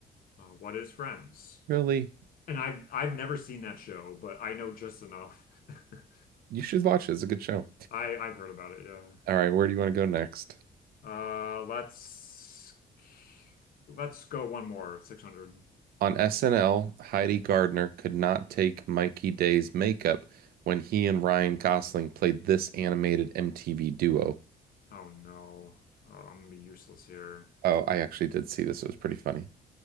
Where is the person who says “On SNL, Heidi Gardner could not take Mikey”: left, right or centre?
Right